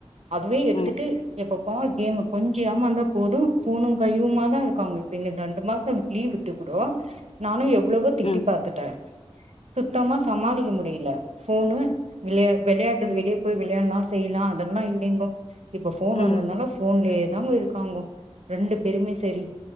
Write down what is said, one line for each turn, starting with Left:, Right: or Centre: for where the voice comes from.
Right: அதுவே எடுத்துட்டு
Left: ம்
Right: எப்பப்பா கேமு கொஞ்ச ஏமாந்த போது ஃபோனு கைவுமா தா இருக்காங்க இப்ப இந்த ரெண்டு மாச லீவ் விட்டு கூடோ நானு எவ் வளவு திட்டி
Left: ம்
Right: பாத்துட்டே சுத்தமா சமாளிக்க முடியில ஃபோனு விள வெளையாடுறது
Left: ம்
Right: வெளியே போய் வெளையாட்லா செய்லா அதெல்லா இல்லைங்கோ இப்ப ஃபோன்
Left: ம்
Right: வந்திருந்தாலா ஃபோன்லயே தாங்க இருக்காங்கோ ரெண்டு பேருமே சரி